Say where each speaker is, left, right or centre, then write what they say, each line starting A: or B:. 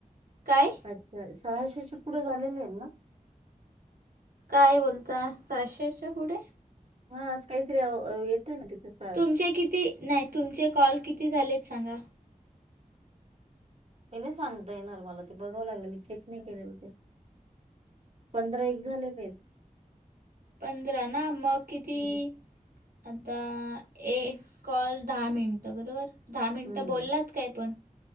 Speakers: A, on the right (about 80°); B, on the right (about 45°).
A: काय
B: अ सहाशे पुढे झालेले आहेत ना
A: काय बोलता सशेच्या पुढे
B: हा अस कायत र हो ना जिथे
A: तुमचे किती? नाय तुमचे कॉल किती झालेत सांगा.
B: मी नाही सांगता येणार मला ते बघावं लागले मी चेक नाही केलेलं ते पंधरा एक झाले आहेत
A: पधरा नाम किती
B: हम्म
A: आता एक कॉल दहा मिनटं बरोबर दहा मिनटं
B: हम्म.
A: बोललात काय पण